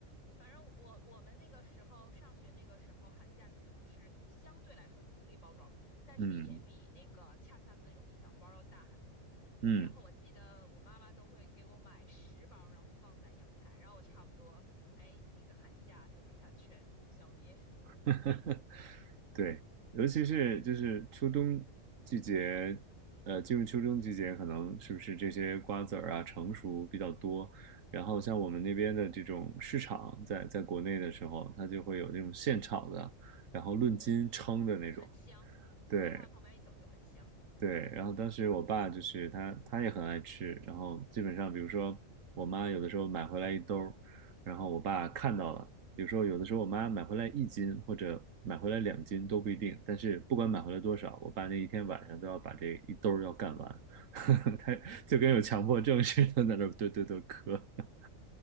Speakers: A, on the left; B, on the right.
A: 反正我我们那个时候上学那个时候寒假就等于是相对来说独立包装了，但是也比那个恰恰的那种一小包要大很多。
B: 嗯嗯，
A: 然后我记得我妈妈都会给我买十包，然后放在阳台，然后我差不多哎一个寒假就给它全部消灭，
B: <laughs> 对，尤其是就是秋冬季节，呃，进入秋冬季节，可能是不是这些瓜子儿啊成熟比较多，然后像我们那边的这种市场在，在国内的时候，它就会有那种现炒的，然后论斤称的那种，
A: <laughs> 嗯，很香，
B: 对，
A: 从它旁边一走就很香。
B: 对，然后当时我爸就是他，他也很爱吃，然后基本上比如说我妈有的时候买回来一兜儿，然后我爸看到了，比如说有的时候我妈买回来一斤或者买回来两斤都不一定，但是不管买回来多少，我爸那一天晚上都要把这一兜儿要干完，<laughs> 他就跟有强迫症似的在那儿对对对磕，<laughs>